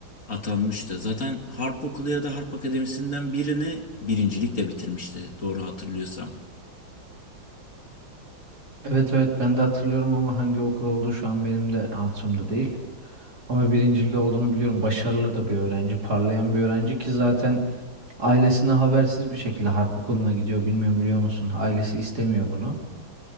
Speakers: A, on the left; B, on the right.
A: atanmıştı. Zaten Harp Okulu ya da Harp Akademisi'nden birini birincilikle bitirmişti. Doğru hatırlıyorsam.
B: Evet evet ben de hatırlıyorum ama hangi okul olduğu şu an benim de hatırımda değil. Ama birincili olduğunu biliyorum. Başarılı da bir öğrenci, parlayan bir öğrenci ki zaten ailesine habersiz bir şekilde harp okuluna gidiyor. Bilmiyorum biliyor musun? Ailesi istemiyor bunu.